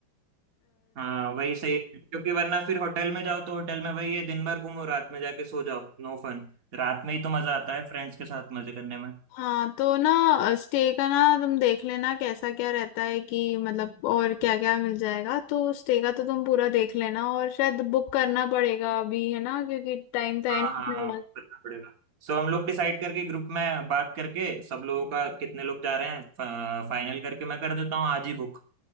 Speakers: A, on the right; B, on the left.
A: हाँ वही सही है क्योंकि वरना फिर होटल में जाओ तो होटल में वही है दिन भर घूमो रात में जाके सो जाओ नो फन रात में ही तो मजा आता है फ्रेंड्स के साथ मजे करने में
B: हाँ तो ना स्टे का ना तुम देख लेना कैसा क्या रहता है कि मतलब और क्या क्या मिल जाएगा तो स्टे का तो तुम पूरा देख लेना और शायद बुक करना पड़ेगा अभी है ना क्योंकि टाइम तो है
A: हाँ
B: नहीं अपने
A: हाँ हाँ
B: पास।
A: करना पड़ेगा सो हम लोग डिसाइड करके ग्रुप में बात करके सब लोगों का कितने लोग जा रहे हैं फा, फाइनल करके मैं कर देता हूँ आज ही बुक